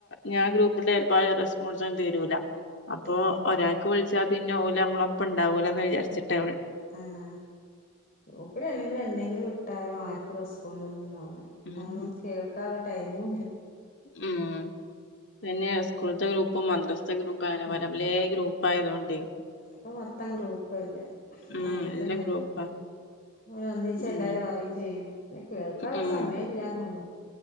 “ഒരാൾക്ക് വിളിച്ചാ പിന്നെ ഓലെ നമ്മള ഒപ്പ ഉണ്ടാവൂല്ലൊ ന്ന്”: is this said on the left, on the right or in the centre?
Left